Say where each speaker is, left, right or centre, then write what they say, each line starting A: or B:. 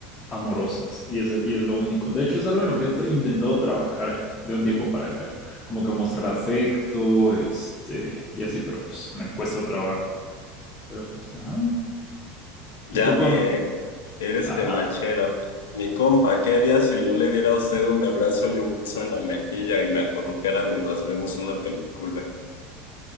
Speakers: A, on the left; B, on the left.
A: amorosas. Y es, y es lo único. De hecho, es algo en lo que he tra- intentado trabajar de un tiempo para acá. Como que mostrar afecto, este, y así, pero pues me cuesta trabajo. Pero pues, ajá.
B: Ya
A: ¿Y tú
B: vi,
A: con...
B: ¿eh? Eres
A: Ajá.
B: temachero. Mi compa, ¿qué haría si yo le diera a usted un abrazo y un beso en la mejilla y me acurrucara mientras vemos una película?